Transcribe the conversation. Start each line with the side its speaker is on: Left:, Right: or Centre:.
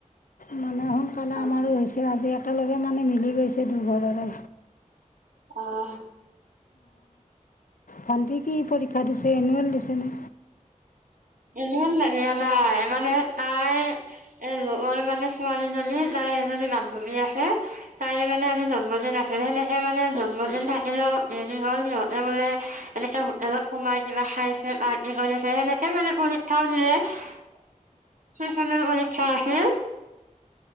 Left: মানে সোনকালে
Right: অ
Left: আমাৰো হৈছে আজি একেলগে মানে মিলি গৈছে দুঘৰৰে
Right: আহ
Left: ভণ্টি কি পৰীক্ষা দিছে এনুৱেল দিছেনে
Right: ইমান ধনিয়া নাই মানে আই এ লগৰ মানে ছোৱালীজনী তাই এজনী বান্ধৱী আে তাই মানে আজি জন্মদিন আে সেনেকে মানে জন্মদিন থাকে এনে অলপ হৰি হ'ল সিহঁতে বোলে এনেকে হোটেলত সোমাইছে বা খাইছে পাৰ্টি কৰিছে সেনেক স মানে পৰীক্ষাও দিলে চ পৰীক্ষা আছিল